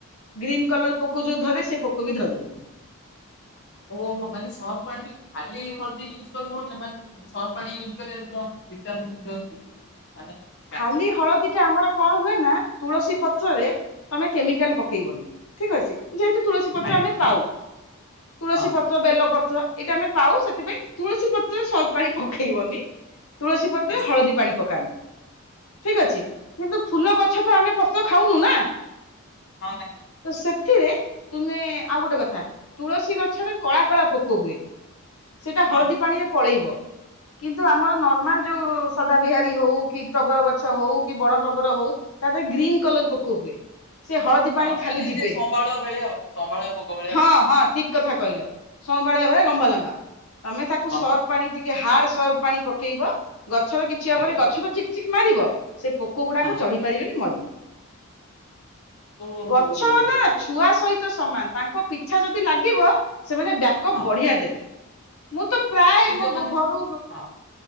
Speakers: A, on the left; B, on the left.
A: ଗ୍ରୀନ୍ କଲର ପୋକ ଯୋଉ ଧରେ ସେ ପୋକ ବି ଧରିବନି।
B: ଓହୋ ମାନେ ସ ପା ଖାଲି ହ ୟୁଜ୍ କର ମାନେ। ସନ ପାଣି ୟୁଜ କରରେ ଜର <unintelligible>
A: ଖାଲି ହଳଦୀ ଟା ଆମର କଣ ହୁଏ ନା। ତୁଳସୀ ପତ୍ରରେ ତମେ କେମିକାଲ ପକେଇବନି ଠିକ ଅଛି। ଯେହେତୁ ତୁଳସୀ ପତ୍ର
B: ଆଜ୍ଞା
A: ଆମେ ପାଉ ତୁଳସୀ
B: ହଁ
A: ପତ୍ର ବେଲ ପତ୍ର। ଏଇଟା ଆମେ ପାଉ, ସେଥିପାଇଁ ତୁଳସୀ ପତ୍ରରେ ସ ପାଣି ପକେଇବନି? ତୁଳସୀ ପତ୍ର,
B: ନିଶ୍ଚିତ
A: ହଳଦୀ ପାଣି ପକାନ୍ତି। ଠିକ ଅଛି, କିନ୍ତୁ ଫୁଲ
B: ହଁ
A: ଗଛ ତ ଆମେ ପତ୍ର ଖାଉନୁ ନା?
B: ହଁ, ଭାଇ।
A: ତ ସେଥିରେ ତୁମେ, ଆଉ ଗୋଟେ କଥା ତୁଳସୀ ଗଛରେ କଳା କଳା ପୋକ ହୁଏ। ସେଇଟା ହଳଦୀ
B: ହଁ
A: ପାଣିରେ ପଳେଇବ କିନ୍ତୁ ଆମର ନର୍ମାଲ ଯୋଉ ସଦା ବିିହାରୀ ହଉ କି ତଗର ଗଛ ହଉ, କି ବଡ ତଗର ହଉ, ତା ଦେହରେ ଗ୍ରୀନ କଲର ପୋକ ହୁଏ। ସେ ହଳଦୀ
B: ହଁ
A: ପାଣିରେ ଖାଲି
B: ମାନେ
A: ଯିବେନି,
B: ସେ ସମ୍ବାଳ ଭଳିଆ ଆଉ ସମ୍ବାଳ ପୋକ ଭଳିଆ
A: ହଁ
B: ଆଉ
A: ହଁ। ଠିକ କଥା କହିଲ, ସଁ ବାଳୁଆ ଭଳିଆ ଲମ୍ବା ଲମ୍ବା, ତମେ ତାକୁ
B: ଲମ୍ବା
A: ସର୍ଫ
B: ଲମ୍ବା
A: ପାଣି ଟି ଟିକେ ହାର୍ଡ ସ ପାଣି ପକେଇବ, ଗଛର କିଛି ହବନି,
B: ଆଜ୍ଞା
A: ଗଛ ତ ଚିକ ଚିକ୍ ମାରିବ ସେ ପୋକ ଗୁଡାକ
B: ହଁ
A: ଚଢି ପାରିବେନି ମରିବେ।
B: ଓହୋ
A: ଗଛ
B: ହୋ ହୋ
A: ନା ଛୁଆ ସହିତ ସମାନ, ତାଙ୍କ ପିଛା ଯଦି ଲାଗିବ, ସେମାନେ ବ୍ୟାକଅପ୍
B: ହଁ
A: ବଢିଆ ଦେବେ। ମୁଁ ତ ପ୍ରାୟ
B: ନିଜ
A: ମୋ
B: ମାନେ
A: ଘରୁ,
B: ହଁ